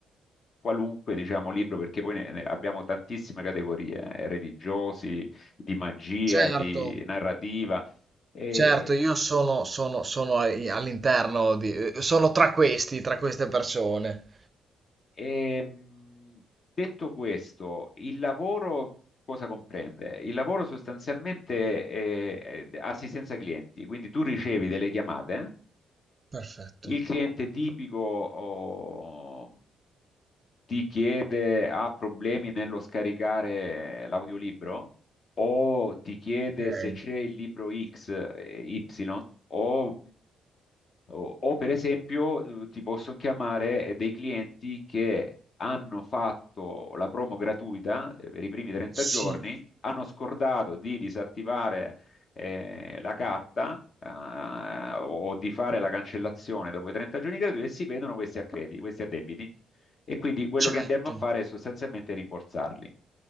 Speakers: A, on the left; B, on the right.
A: Qualunque, diciamo, libro, perché poi ne- ne abbiamo tantissime categorie, eh, religiosi, di magia,
B: certo.
A: di narrativa, e,
B: Certo, io sono, sono, sono ai- all'interno di... eh, sono tra questi, tra queste persone.
A: ehm, detto questo, il lavoro cosa comprende? Il lavoro sostanzialmente è è assistenza ai clienti, quindi tu ricevi delle chiamate,
B: Perfetto.
A: il cliente tipico oh, ti chiede, ha problemi nello scaricare l'audiolibro o ti chiede
B: Ok.
A: se c'è il libro X, eh, Y o O, o, per esempio, eh, ti posso chiamare eh, dei clienti che hanno fatto la promo gratuita eh, per i primi 30
B: Sì,
A: giorni, hanno scordato di disattivare eh, la carta eh, o di fare la cancellazione dopo i 30 giorni gratuiti e si vedono questi accrediti, questi addebiti. E quindi quello
B: certo.
A: che andiamo a fare è sostanzialmente rimborsarli.